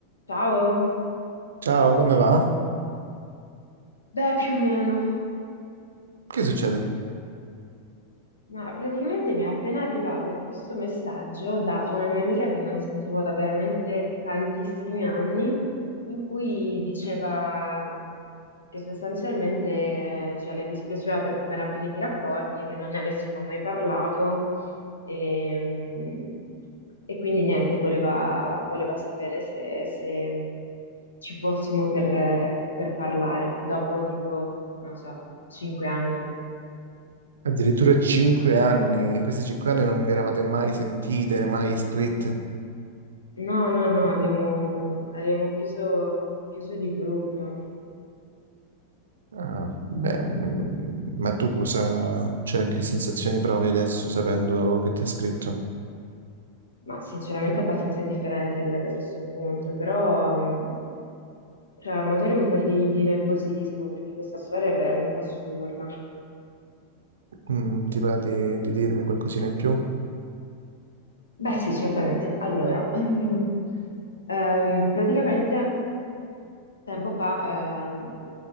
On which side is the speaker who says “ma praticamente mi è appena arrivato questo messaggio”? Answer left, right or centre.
Left